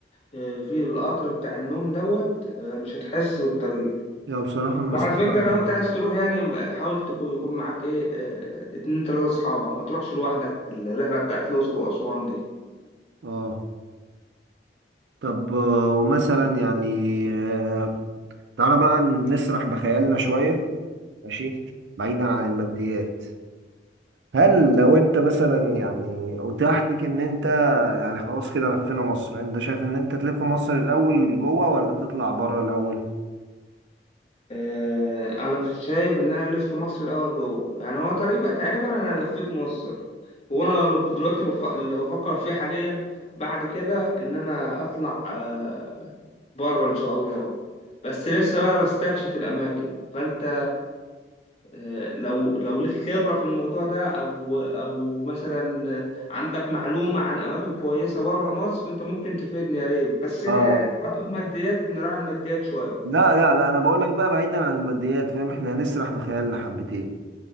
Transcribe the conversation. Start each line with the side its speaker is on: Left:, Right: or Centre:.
Left: اه في القطر بتاع النوم دوت اه مش هتحس بالطريق
Right: يا بصراحة المسافة
Left: وعلى فكره لو انت عايز تروح يعني حاول تكون يكون معاك ايه اه اتنين تلاته اصحابك ما تروحش لوحدك الرحله بتاعت الاقصر واسوان دي
Right: اه طب آه، ومثلا يعني آه، تعالى بقى نسرح بخيالنا شوية ماشي بعيدا عن الماديات هل لو انت مثلا يعني اتاح ليك ان انت يعني خلاص كده لفينا مصر انت شايف ان انت تلف مصر الاول جوه ولا تطلع بره الاول
Left: آه، انا شايف ان انا الف مصر الاول جوه يعني هو تقريبا تقريبا انا لفيت مصر وانا لو دلوقتي بف... اللي بفكر فيه حاليا بعد كده ان انا اطلع آه، بره ان شاء الله بس لسه بقى بستكشف الاماكن فانت آه، لو لو ليك خبرة في الموضوع ده او او مثلا آه، عندك معلومة عن اماكن كويسة بره مصر انت ممكن تفيدني يا ريت بس آه،
Right: اه
Left: تكون الماديات نراعي الماديات شوية
Right: لا لا لا انا بقول لك بقى بعيدا عن الماديات فاهم احنا هنسرح بخيالنا حبتين